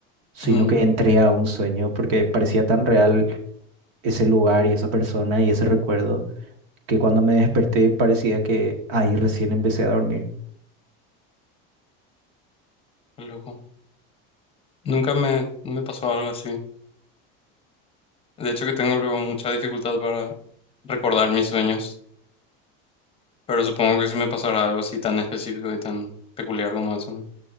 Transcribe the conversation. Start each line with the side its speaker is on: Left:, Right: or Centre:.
Right: sino
Left: Mm,
Right: que entré a un sueño porque parecía tan real ese lugar y esa persona y ese recuerdo que cuando me desperté parecía que ahí recién empecé a dormir.
Left: qué loco. Nunca me, me pasó algo así. De hecho que tengo luego mucha dificultad para recordar mis sueños, pero supongo que si me pasara algo así tan específico y tan peculiar como eso,